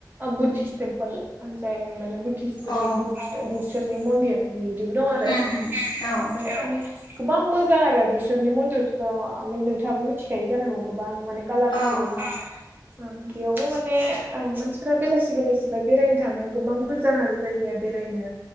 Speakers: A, on the right; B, on the left.
A: बुद्धिसट टेम्पोल जाय माने बुदधिसफोरनि
B: अ
A: बिसोरनि मन्दिर बियो बिबो दं आरो
B: उम
A: ओमफ्राय
B: उम औ
A: माने गोबां मोजां आरो बिसोरनि मन्दिरखौ' नोंथाङाबो मिथिखायो जानांगौ गोबां माने कालारफुल
B: औ औ
A: बेयाव बेबो माने मानसिफोरा बेलासि बेलासिबा बेरायनो थाङो गोबां मोजां आरो जायगाया बेरायनो